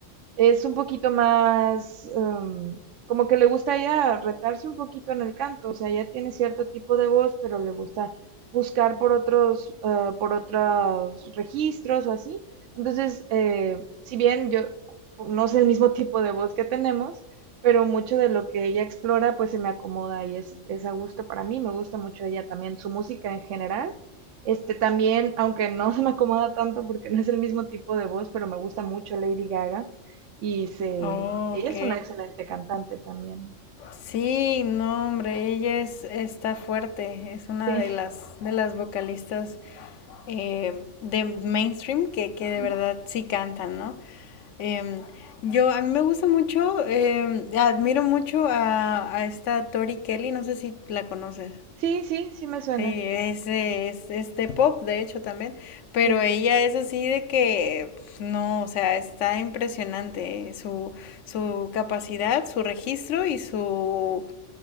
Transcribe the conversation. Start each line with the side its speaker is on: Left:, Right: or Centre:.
Right: es un poquito más, em, como que le gusta ya retarse un poquito en el canto, o sea, ya tiene cierto tipo de voz, pero le gusta buscar por otros, eh, por otros registros o así. Entonces, eh, si bien yo no sé el mismo <laughs> tipo de voz que tenemos, pero mucho de lo que ella explora pues se me acomoda y es, es a gusto para mí, me gusta mucho ella también, su música en general. Este también, aunque no <laughs> se me acomoda tanto porque no es el mismo tipo de voz, pero me gusta mucho Lady Gaga y se,
Left: Oh,
Right: ella
Left: ok.
Right: es una excelente cantante también.
Left: Sí, no, hombre, ella es, está fuerte, es una
Right: Entonces,
Left: de las,
Right: sí.
Left: de las vocalistas eh, de mainstream que, que de
Right: Ujú.
Left: verdad sí cantan, ¿no? Em, yo, a mí me gusta mucho, em, admiro mucho a, a esta Tori Kelly, no sé si la conoces.
Right: sí, sí, sí me suena,
Left: Sí, es, eh, es, es de pop, de hecho, también, pero
Right: sí,
Left: ella es así de que, pues, no, o sea, está impresionante, eh, su, su capacidad, su registro y su